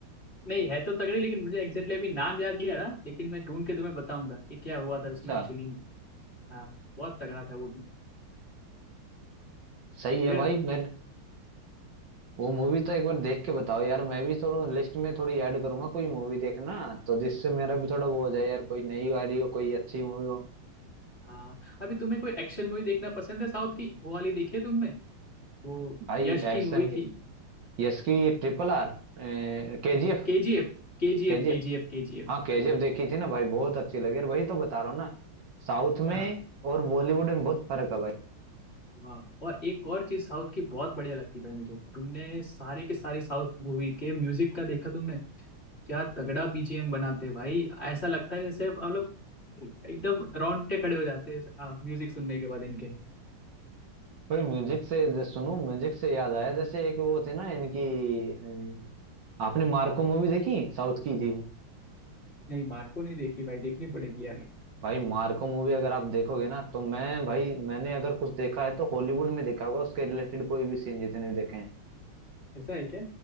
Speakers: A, on the left (about 30°); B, on the right (about 60°).
A: नहीं है तो तगड़ी लेकिन मुझे एग्जैक्टली अभी नाम याद नहीं आ रहा लेकिन मैं ढूंढ के तुम्हें बताऊंगा कि क्या हुआ था उसमें
B: अच्छा
A: एक्चुअली में हाँ बहुत तगड़ा था वो भी
B: सही है
A: फिर
B: भाई मैं वो मूवी तो एक बार देख के बताओ यार मैं भी थोड़ा लिस्ट में थोड़ी ऐड करूंगा कोई मूवी देखना तो जिससे मेरा भी थोड़ा वो हो जाए यार कोई नई आ रही हो कोई अच्छी मूवी हो
A: हाँ अभी तुम्हें कोई एक्शन मूवी देखना पसंद है साउथ की वो वाली देखी है तुमने वो
B: भाई
A: यश की
B: एक्शन
A: मूवी थी
B: की यस की ट्रिपल आर के जी
A: K G F K G
B: एफ
A: F K G F K G F
B: हाँ केजीएफ
A: भाई
B: देखी थी ना भाई बहुत अच्छी लगी और वही तो बता रहा हूँ ना साउथ
A: हाँ
B: में और बॉलीवुड में बहुत फर्क है भाई
A: वाह और एक और चीज साउथ की बहुत बढ़िया लगती है मुझे तुमने सारे के सारे साउथ मूवी के म्यूजिक का देखा तुमने क्या तगड़ा बीजीएम बनाते हैं भाई ऐसा लगता है जैसे मतलब एकदम रोंगटे खड़े हो जाते हैं म्यूजिक सुनने के बाद इनके
B: भाई म्यूजिक से जैसे सुनो म्यूजिक से याद आया जैसे एक वो थे ना इनकी अ, आपने मार्को मूवी देखी साउथ की थी वो।
A: नहीं मार्को नहीं देखी भाई देखनी पड़ेगी यार
B: भाई मार्को मूवी अगर आप देखोगे ना तो मैं भाई मैंने अगर कुछ देखा है तो हॉलीवुड में देखा होगा उसके रिलेटेड कोई भी सीन जितने भी देखे हैं
A: ऐसा है क्या